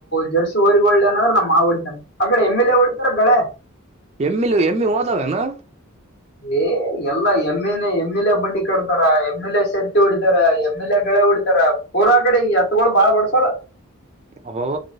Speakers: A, on the left; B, on the right.
A: ಜರ್ಸಿ ಓರಿಗ ಒಳ್ಳನ್ರ ನಮ ಮಾ ಹೊಡ್ತಾನ ಅಕಡೆ ಎಂ ಎಲ್ ಎ ಹೊಡ್ತಾರೆ ಗಗಳೆ
B: ಎಮ್ಮಿಲು ಎಮ್ಮಿ ಹೋದಾವೇನಾ
A: ಏ ಎಲ್ಲಾ ಎಮ್ಮೆಲೆ ಎಮ ಎಲೆ ಬಂಡಿ ಕಡ್ತಾರ ಎಮ್ ಎಲೆ ಶರ್ತಿ ಹೊಡಿತಾರ ಎಮ್ ಎಲೆ ಎ ಗಳೆ ಬಿಡ್ತಾರ ಪೂರಾ ಕಡೆ ಈ ಹತ್ಗಳು ಬಾಳ್ ಬಡ್ಸೋಳ
B: ಅಬವ